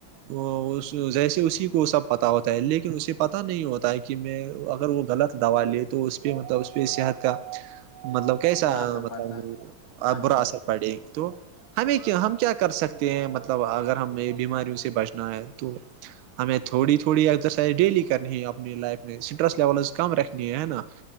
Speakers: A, on the right (about 75°); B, on the left (about 40°).
A: وہ جیسے اسی کو سب پتا ہوتا ہے لیکن اسے پتا نہیں ہوتا ہے کہ میں اگر وہ غلط دوا لے تو اس پہ مطلب صحت کا مطلب کیسا
B: برا اثر
A: مطلب
B: پڑتا ہے ہاں
A: برا
B: جی بھائی
A: اثر پڑے تو ہمیں کیا ہم کیا کر سکتے ہیں مطلب اگر ہمیں بیماریوں سے بچنا ہے تو ہمیں تھوڑی تھوڑی ایکسرسائز ڈیلی کرنی ہے اپنی لائف میں اسٹریس لیولز کم رکھنی ہے نا